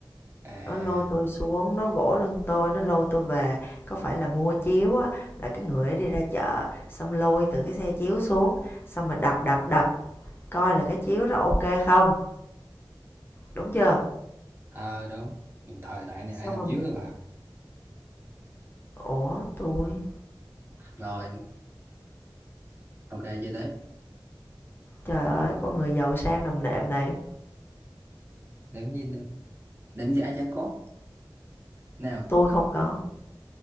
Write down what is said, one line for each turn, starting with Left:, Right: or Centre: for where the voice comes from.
Right: à
Left: nó lôi tôi xuống, nó vỗ lưng tôi, nó lôi tôi về. Có phải là mua chiếu á, là cái người ấy đi ra chợ, xong lôi từ cái xe chiếu xuống, xong rồi đập đập đập, coi là cái chiếu đó ok không, đúng chưa?
Right: ờ đúng Đồng thời đại này
Left: Xong
Right: ai làm chiếu
Left: rồi,
Right: rồi bà
Left: ủa tôi,
Right: rồi ok chơi tới
Left: trời ơi, con người giàu sang nằm nệm này,
Right: đếm gì nữa đếm giả chả có nào
Left: tôi không có.